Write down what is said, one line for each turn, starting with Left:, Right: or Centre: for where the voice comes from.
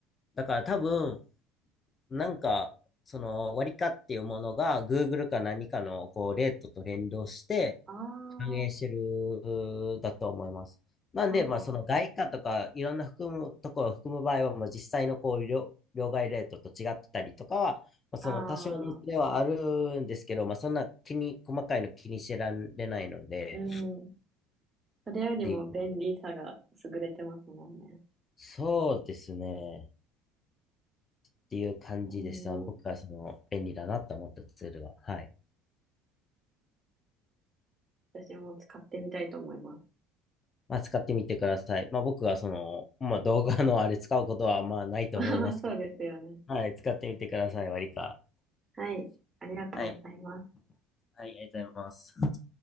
Left: だから多分、なんか、その割り価っていうものが Google か何かのこうレートと連動して
Right: ああ、
Left: 反映してるだと思います。
Right: は
Left: なんで、
Right: あは
Left: まあその外貨とかいろんな含むところを含む場合は、まあ実際のこう両、両替レートと違ってたりとかは、まあ、その多少のズレはあるんですけど、
Right: あはあ。ああ、
Left: まあそんな気に、細かいの気にしてられないので、
Right: うん。それよりも便利さが優れてますもんね。
Left: っていうそうですね。っていう感じでした。
Right: う
Left: 僕はその便利だなと思ったツールは。
Right: ん。
Left: はい。
Right: 私も使ってみたいと思います。
Left: まあ、使ってみてください。まあ、僕はその、まあ、動画のあれ使うことはまあないと思いますけど、
Right: <laughs> まあまあ、そうですよね。
Left: はい、使ってみてください、割か
Right: はい。ありがとうございます。
Left: はい、はい、ありがとうございます。